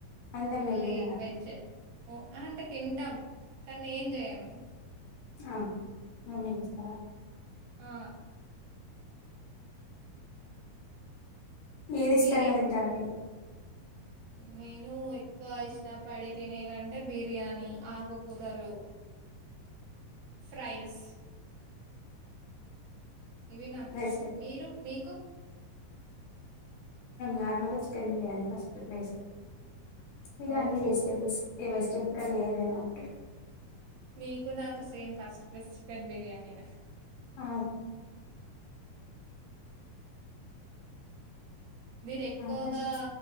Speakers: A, on the left; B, on the right.
A: అంటే మీరు
B: ఓన్లీ
A: తినరా
B: వెజే ఓ అ అంటే తింటాం. కానీ నేన్ చెయ్యను.
A: ఆ మమీ చేస్తారా?
B: ఆ
A: ఏది
B: మీరే
A: ఇష్టంగా తింటారండి?
B: నేను ఎక్కువ ఇష్టపడి తినేదంటే. బిర్యానీ, ఆకుకూరలు, ఫ్రైస్ ఇవి నాకు
A: వెజిటేబుల్
B: ఇష్టం. మీరు మీకు?
A: నార్మల్గా చికెన్ బిర్యానీ ఫస్ట్ ప్లేస్, ఇగాన్ని
B: ఓ
A: వెజిటబుల్స్. ఈ వెజిటేబుల్ కర్రీ ఏదైనా ఒకే
B: మీకు నాకు సేమ్ ఫస్ట్ ప్లస్ చికెన్ బిర్యానీయే.
A: ఆ!
B: మీరు ఎక్కువగా
A: ఆల్మోస్ట్